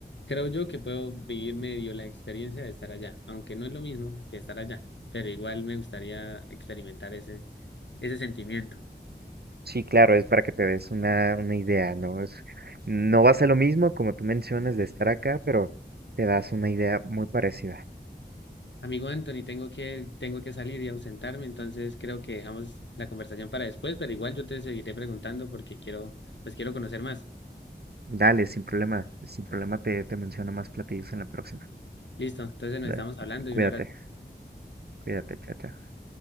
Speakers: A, on the left; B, on the right.
A: creo yo que puedo vivir medio la experiencia de estar allá, aunque no es lo mismo que estar allá, pero igual me gustaría experimentar ese, ese sentimiento.
B: Sí, claro, es para que te des una, una idea, ¿no? Es, no va a ser lo mismo como tú mencionas de estar acá, pero te das una idea muy parecida.
A: Amigo Anthony, tengo que, tengo que salir y ausentarme, entonces creo que dejamos la conversación para después, pero igual yo te seguiré preguntando porque quiero, pues quiero conocer más.
B: Dale, sin problema, sin problema te, te menciono más platillos en la próxima.
A: Listo, entonces nos
B: Dale,
A: estamos hablando y
B: cuídate,
A: un abrazo.
B: cuídate, chao, chao.